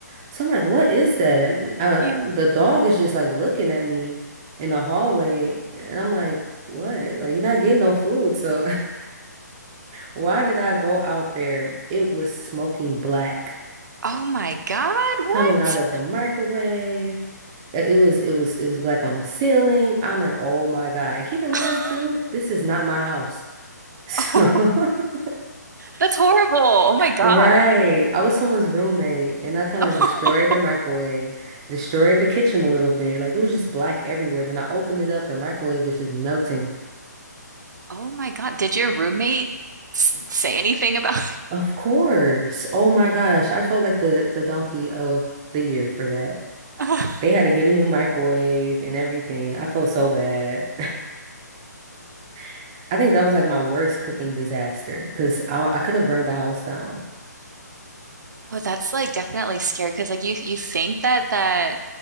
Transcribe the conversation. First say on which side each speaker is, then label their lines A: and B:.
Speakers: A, on the right (about 15°); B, on the right (about 80°).
A: So I'm like, what is that? Uh,
B: Yeah.
A: the dog is just like looking at me in the hallway, and I'm like, what? Like you're not getting no food, so <laughs> Why did I go out there? It was smoking black
B: Oh my God, what?
A: coming out of the microwave. It it was it was it was black on the ceiling. I'm like, oh my God. And keep in mind
B: <laughs>
A: too, this is not my house. <laughs> So
B: Oh.
A: <laughs>
B: That's horrible. Oh my God.
A: right. I was someone's roommate and I kind
B: <laughs>
A: of like destroyed the microwave, destroyed the kitchen a little bit. Like it was just black everywhere. Then I opened it up, the microwave was just melting.
B: Oh my God. Did your roommate s say anything about
A: Of course. Oh my gosh. I felt like the the donkey of the year for that.
B: <laughs>
A: They had
B: Oh,
A: to get a new microwave and everything. I felt so bad. <laughs> I think that was like my worst cooking disaster because I, I could have burned the house down.
B: that's like definitely scary because like you you think that that